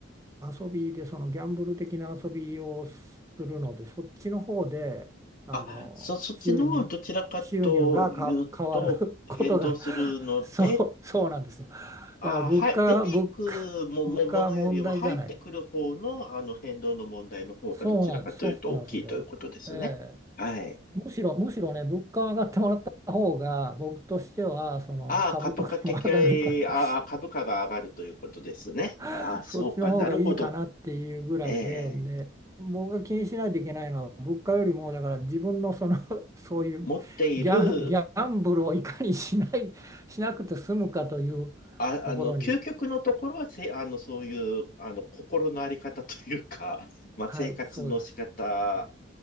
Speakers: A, on the right (about 15°); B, on the left (about 40°).
A: 遊びでそのギャンブル的な遊びをするのでそっちの方であの収入収入がか変わる
B: あ、そ、そっちの方はどちらかというと、
A: <laughs>
B: 変動するので、
A: ことが <laughs> そうそうなんですよ
B: あ、
A: だから物価物価
B: はい。出ていくも、も、
A: 物価は問題じゃない
B: ものよりも入ってくる方の、あの変動の問題の方がどちらかというと大きいということですね。
A: そうなんですそうなんですよええ
B: はい。
A: むしろむしろね物価上がってもらった方が僕としてはその株とかも上がるから
B: ああ、株価的、
A: <laughs>
B: ああ、株価が上がるということですね。
A: <laughs>
B: ああ、そうか、
A: そっちの方がいいかなっていうぐらいで、
B: なるほど。ええ。
A: で、僕が気にしないといけないのは物価よりもだから自分のその <laughs> そういうギャン、
B: 持っている、
A: ギャンブルをいかにしない、しなくて済むかというところに、
B: あ、あの、究極のところはせ、あの、そういう、あの、心のあり方というか、<laughs> まあ、
A: はい、
B: 生活の仕方
A: そうです。